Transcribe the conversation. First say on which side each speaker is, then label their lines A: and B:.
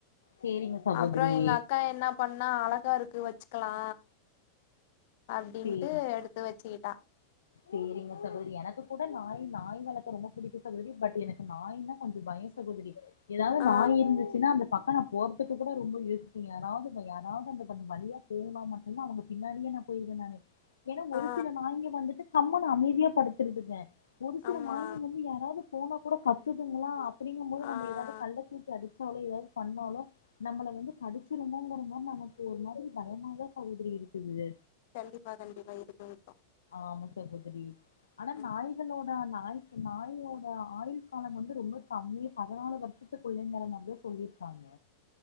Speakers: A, on the left (about 70°); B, on the left (about 50°).
A: சேரிங்க சகோதரி
B: அப்றோ எங்க அக்கா என்னா பண்ணா அழகா இருக்கு வச்சுக்கலா அப்டிண்ட்டு
A: சேரி
B: எடுத்து வச்சிகிட்டா
A: சேரிங்க சகோதரி எனக்கு கூட நாய் நாய் வளக்க ரொம்ப புடிக்கு சகோதரி பட் எனக்கு நாய்னா கொஞ்சோ பயொ சகோதிரி ஏதாவது
B: ஆ
A: நாய் இருந்துச்சினா பக்கே நா போறத்துக்கு கூட ரொம்ப யோசிப்பே யாராவது யாராவது அந்த பக் வழியா போனா மட்டுந்தா அவங்க பின்னாடியே நா பொய்ருவ நானு ஏனா ஒரு
B: ஆ ஆ,
A: சில நாய்ங்க வந்துட்டு கம்முனு அமைதியா படுத்துருக்குங்க ஒரு சில
B: ஆமா
A: நாய்ங்க வந்து யாராது போனாக்கூட கத்துதுங்களா அப்டிங்கும் போது
B: ஆ
A: நம்ம ஏதாது கல்ல தூக்கி அடிச்சாலோ ஏதாது பண்ணாலோ நம்மள வந்து கடிச்சிருமோங்குறதா நமக்கு ஒரு மாதிரி பயமாதா சகோதரி இருக்குது
B: கண்டிப்பா கண்டிப்பா இருக்கு இருக்கு
A: ஆமா சகோதரி ஆனா
B: ம்
A: நாய்களோட் டா நாய்க்கு நாயோட ஆயுள் காலம் வந்து ரொம்ப கம்மி பதுனாலு வருஷத் துக்குள்ளைங்குற மாரிதா சொல்லிர்க்காங்க